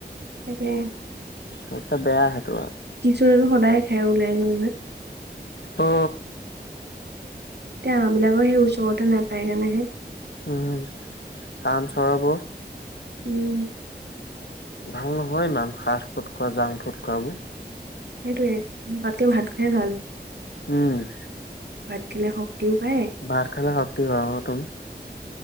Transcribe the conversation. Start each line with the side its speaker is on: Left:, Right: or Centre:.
Right: তাকে
Left: <unintelligible> বেয়া সেইটো আৰু
Right: কিছুমানে সদায়ে খাই ওলাই গৈ
Left: অ
Right: তে আমবিলাকো সেই ওচৰতে নাপায় কাৰণে হে
Left: উম টাউন চহৰবোৰত
Right: উম
Left: ভাল নহয় ইমান ফাষ্ট ফুড খোৱা জাংক ফুড খোৱাবোৰ
Right: সেইটোৱে বাকি ভাত খোৱাই ভাল
Left: উম
Right: ভাত খালে শক্তিও পায়
Left: ভাত খালে শক্তি <unintelligible> তু